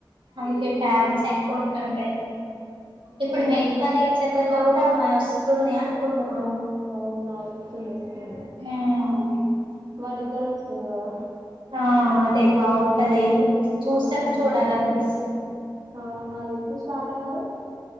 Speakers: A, on the right; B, on the right.
A: అందుకే ఫ్యాన్స్ ఎక్కువ ఉంటుండే, ఇప్పుడు
B: అవును
A: మెడ్ ఫర్ ఈచ్ ఆథర్ లో కూడా మ మస్తుందియా కొత్త
B: అవును అవును వస్తుంది వస్తుంది
A: ఉ
B: వాళ్ళిద్దరు వస్తారు కదా
A: ఆ అదే బాగుంటది చూస్తానే
B: అవునండి
A: చూడాలనిపిస్తుంది
B: అవును అది ఎప్పుడు స్టార్ట్ అన్నారు